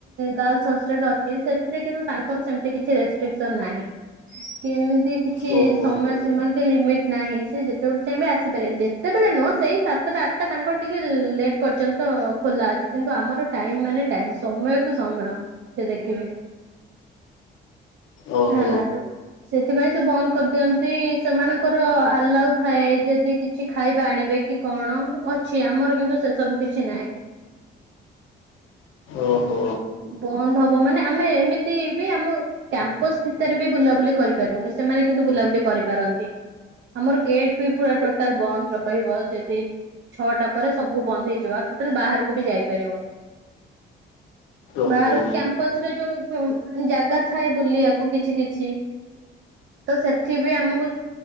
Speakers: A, on the right (about 65°); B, on the left (about 80°).
A: ଗାର୍ଲସ ହଷ୍ଟେଲ ଅଛି। ସେଥିରେ କିନ୍ତୁ ତାଙ୍କର ସେମିତି କିଛି ରେ ଷ୍ଟ୍ରିସନ୍ ନାହିଁ। କି ଏମିତି କିଛି
B: ଓହୋ
A: ସମୟ ସୀମା କି ଲିମିଟ ନାହିଁ। ସେ ଯେତେବେଳେ ଚାହିଁବେ ଆସିପାରିବେ। ଯେତେବେଳେ ନୁହଁ ସେଇ ସାତଟା ଆ ତାଙ୍କର ଟିକେ ଲେଟ୍ ପର୍ଯ୍ୟନ୍ତ ଖୋଲା ଅଛି। କିନ୍ତୁ ଆମର ଟାଇମ ମାନେ ଟାଇମ୍ ସମୟ କୁ ସମୟ। ସେ ଦେଖିବେ।
B: ଓହୋ
A: ହେଲା। ସେଥିପାଇଁ ସେ ବନ୍ଦ କରିଦିଅନ୍ତି ସେମାନଙ୍କର ଆଲାଉ ଥାଏ। ଯଦି କିଛି ଖାଇବା ଆଣିବେ କି କଣ ଅଛି। ଆମର କିନ୍ତୁ ସେ ସବୁ କିଛି ନାହିଁ।
B: ଓହୋ।
A: ବନ୍ଦ୍ ହବ ମାନେ, ଆମେ ଏମିତି ବି ଆମ କ୍ୟାମ୍ପସ୍‌ ଭିତରେ ବି ବୁଲାବୁଲି କରିପାରିବୁ -, ସେମାନେ କିନ୍ତୁ ବୁଲାବୁଲି କରିପାରନ୍ତି। ଆମର ଗେଟ୍ ବି ପୁରା ଟୋଟାଲ୍ ବନ୍ଦ ରହିବ। ଯଦି ଛଅଟା ପରେ ସବୁ ବନ୍ଦ ହେଇଯିବ, ଆଉ ଟୋଟାଲ୍ ବାହାରକୁ ବି ଯାଇପାରିବୁ।
B: ଓହୋ।
A: ବାହାରୁ କ୍ୟାମ୍ପସ୍‌ ରେ ଯଉ -ଜାଗା ଥାଏ। ବୁଲିଆ କୁ କିଛି କିଛି ତ ସେଥିପାଇଁ ଆମକୁ